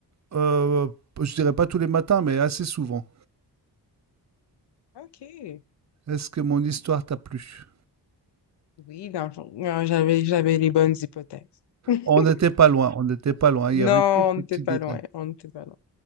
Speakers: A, on the right (about 40°); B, on the left (about 80°).
A: euh, je ne dirais pas tous les matins, mais assez souvent.
B: OK.
A: Est-ce que mon histoire
B: OK.
A: t'a plu?
B: Oui, dans le fond, non, j'avais, j'avais les bonnes hypothèses. <laughs>
A: On n'était pas loin, on n'était pas loin, il
B: Non,
A: y avait quelques
B: on n'était
A: petits
B: pas
A: détails.
B: loin. On n'était pas loin.